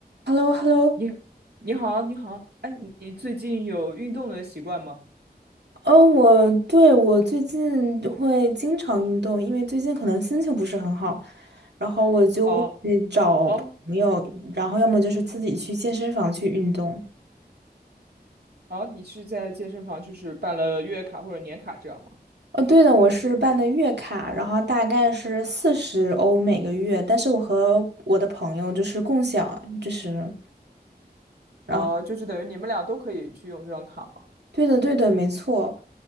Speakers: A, on the right; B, on the right.
A: h e l l o h e l l o
B: 你你好，你好，哎，你最近有运动的习惯吗？
A: 呃，我对我最近会经常运动，因为最近可能心情不是很好，然后我就会找朋友，
B: 哦哦
A: 然后要么就是自己去健身房去运动。
B: 哦，你是在健身房就是办了月卡或者年卡这样吗？
A: 哦，对的，我是办的月卡，然后大概是四十欧每个月，但是我和我的朋友就是共享，就是，然后
B: 哦，就是等于你们俩都可以去用这张卡吗？
A: 对的，对的，没错。